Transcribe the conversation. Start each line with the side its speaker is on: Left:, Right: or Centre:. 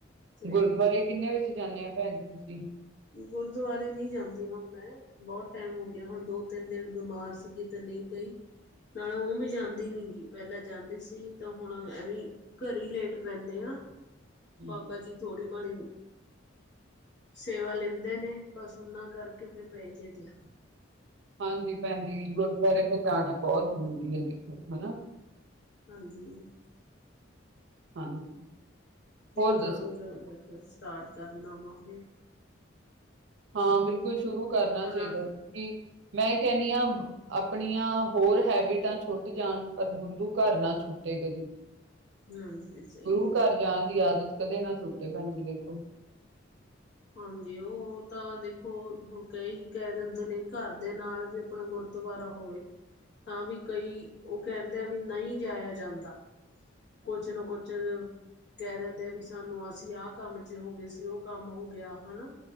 Left: ਤੇ
Right: ਗੁਰਦੁਆਰੇ ਕਿੰਨੇ ਵਜੇ ਜਾਂਨੇ ਆ ਭੈਣ ਜੀ ਤੁਸੀਂ?
Left: ਗੁਰਦੁਆਰੇ ਨੀ ਜਾਂਦੀ ਹੁਣ ਮੈਂ। ਬੋਤ ਟੈਮ ਹੋ ਗਿਆ ਹੁਣ ਦੋ-ਤਿੰਨ ਦਿਨ ਬਿਮਾਰ ਸੀਗੇ ਤੇ ਨਈ ਕਈ। ਨਾਲੇ ਊ ਵੀ ਜਾਂਦੀ ਨੀ ਗੀ ਪੈਲਾਂ ਜਾਂਦੀ ਸੀ ਤਾਂ ਹੁਣ ਐਵੀ। ਘਰੇ ਈ ਲੇਟ ਪੈਂਨੇ ਆ
Right: ਹੂੰ।
Left: ਬਾਬਾ ਜੀ ਥੋੜ੍ਹੀ ਮਾੜੀ ਸੇਵਾ ਲੈਂਦੇ ਨੇ ਬਸ ਉਨਾਂ ਕਰਕੇ ਫਿਰ ਪੈ ਜੇ ਦਿਆ।
Right: ਹਾਂਜੀ ਪੈਣੇ ਗੁਰਦੁਆਰੇ ਤੇ ਜਾਣਾ ਬੋਤ ਜ਼ਰੂਰੀ ਐ ਦੇਖੋ ਹਨਾ।
Left: ਹਾਂਜੀ।
Right: ਹਾਂਜੀ।
Left: ਨਈ
Right: ਹੋਰ
Left: ਕਰੂੰਗੀ
Right: ਦੱਸੋ
Left: ਹੁਣ <unintelligible> ਸਟਾਰਟ ਕਰਨਾ ਵਾ ਫਿਰ।
Right: ਹਾਂ ਬਿਲਕੁੱਲ ਸ਼ੁਰੂ ਕਰਨਾ
Left: ਉਹ
Right: ਚਾਈਦਾ,
Left: ਨਾਲ
Right: ਕੀ? ਮੈਂ ਕੈਨੀ ਆਂ ਆਪਣੀਆਂ ਹੋਰ ਹੈਬਿਟਾਂ ਛੁੱਟ ਜਾਣ, ਪਰ ਗੁਰੂ ਕਾਰ ਨਾ ਛੁੱਟੇ ਕਦੀ।
Left: ਹਾਂਜੀ ਸਹੀ
Right: ਗੁਰੂ
Left: ਹੈ
Right: ਘਰ ਜਾਣ ਦੀ ਆਦਤ ਕਦੇ ਨਾ ਛੁੱਟੇ ਭੈਣ ਜੀ ਦੇਖੋ।
Left: ਹਾਂਜੀ ਓ ਤਾਂ ਦੇਖੋ ਹੁਣ ਕਈ ਕੈ ਦਿੰਦੇ ਨੇ ਘਰ ਦੇ ਨਾਲ ਵੀ ਆਪਣਾ ਗੁਰਦੁਵਾਰਾ ਹੋਵੇ। ਤਾਂ ਵੀ ਕਈ ਓ ਕੈਂਦੇ ਆ ਵੀ ਨਈ ਜਾਇਆ ਜਾਂਦਾ। ਕੋਚ ਨਾ ਕੋਚ। ਕੈ ਦਿੰਦੇ ਆ ਵੀ ਸਾਨੂੰ ਅਸੀਂ ਆਹ ਕੰਮ ਚ ਹੋ ਗੇ ਸੀ ਓ ਕੰਮ ਹੋ ਗਿਆ ਹਨਾ